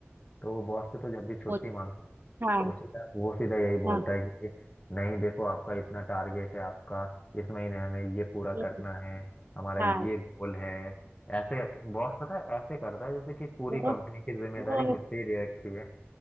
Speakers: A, on the left (about 20°); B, on the right (about 50°).
A: तो वो बॉस से तो जब भी छुट्टी
B: वो-
A: मांगो
B: हाँ
A: वो सीधा वो सीधा यही बोलता
B: हाँ
A: है कि नहीं देखो आपका इतना टारगेट है आपका इस महीने हमें ये पूरा
B: हम्म,
A: करना है हमारा
B: हाँ
A: ये गोल है ऐसे बॉस पता है ऐसे करता है जैसे कि पूरी
B: वो-
A: कंपनी की जिम्मेदारी
B: वो
A: मुझ पे ही दे रखी है